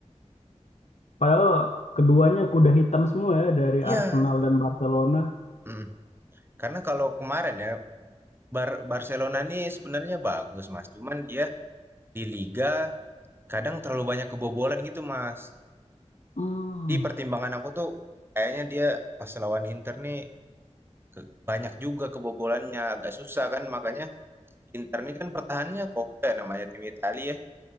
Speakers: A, on the left (about 80°); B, on the right (about 20°).
A: padahal keduanya kuda hitam semua ya dari
B: Iya.
A: Arsenal dan Barcelona.
B: Mm. Karena kalau kemarin ya Bar- Barcelona nih sebenarnya bagus Mas. Cuman dia di liga kadang terlalu banyak kebobolan gitu Mas.
A: Hmm,
B: Di pertimbangan aku tuh kayaknya dia pas lawan Inter nih Ke banyak juga kebobolannya, agak susah kan makanya Inter ini kan pertahanannya kokoh ya namanya tim Italia ya.